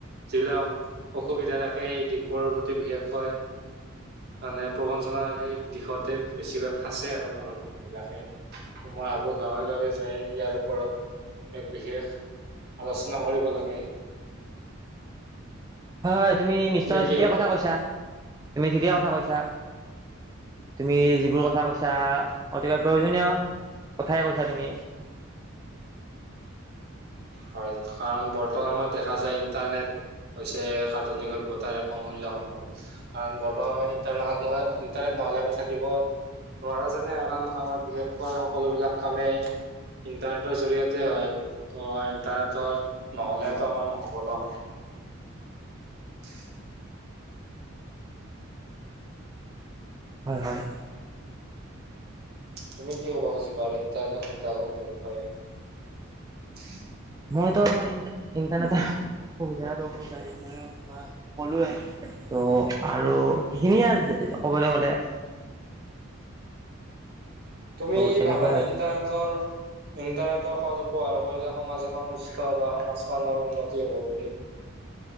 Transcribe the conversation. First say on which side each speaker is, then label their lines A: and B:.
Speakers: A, on the right; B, on the right.
A: যিবিলাক অসুবিধা থাকে এই দিশবোৰৰ প্ৰতি বিশেষকৈ মানে প্ৰবঞ্চনাৰ সেই দিশতে বেছিকৈ ফাঁচে আৰু গাঁৱৰ মানুহ বিলাকে। মই ভাবো গাঁৱে গাঁৱে যাই ইয়াৰ ওপৰত এক বিশেষ আলোচনা কৰিব লাগে।
B: হয় হয় তুমি নিশ্চয়
A: কি
B: ঠিকে
A: ভাবা
B: কথা
A: ইয়াৰ
B: কৈছা, তুমি ঠিকে কথা কৈছা। তুমি যিবোৰ কথা কৈছা অতিকৈ প্ৰয়োজনীয়? কথাই কৈছা তুমি।
A: হয় কাৰণ বৰ্তমান সময়ত দেখা যায় ইণ্টাৰনেট হৈছে এক আধুনিক সভ্যতাৰ এক অমূল্য সম্পদ কাৰণ বৰ্তমান ই ইণ্টাৰনেট নহলে আমি থাকিব নোৱাৰা যেনে হয়, কাৰণ আমাৰ বিশেষকৈ সকলো বিলাক কামেই ইণ্টাৰনেটৰ জৰিয়তে হয় ত। তাৰতৰ নহ'লেতো আমাৰ নহ'ব ন। <unintelligible>
B: হয় হয়।
A: তুমি কি ক'ব খুজিবা আৰু ইণ্টাৰনেটৰ সুবিধা অসুবিধাৰ বিষয়ে।
B: মইতো ইন্টনেটৰ সুবিধাটো অসুবিধাৰ বিষয়ে তোমাক কলোৱে ত' আৰু সেইখিনিয়ে আ। ক'বলৈ গ'লে।
A: তুমি
B: ত' তেনেকুৱাই
A: ভাবানে
B: আৰু
A: ইণ্টাৰনেটৰ ইণ্টাৰনেটৰ সজ উপহাৰ কৰিলে সমাজ এখন সুস্থ বা সমাজখনৰ উন্নতি হ'ব বুলি?